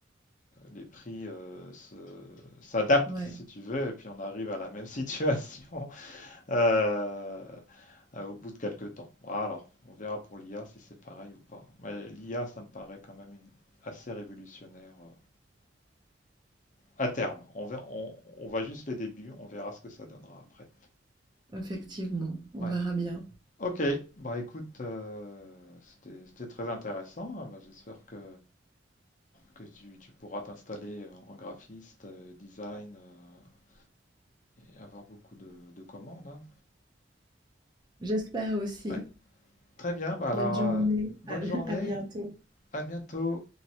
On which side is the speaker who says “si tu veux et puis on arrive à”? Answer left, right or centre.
Left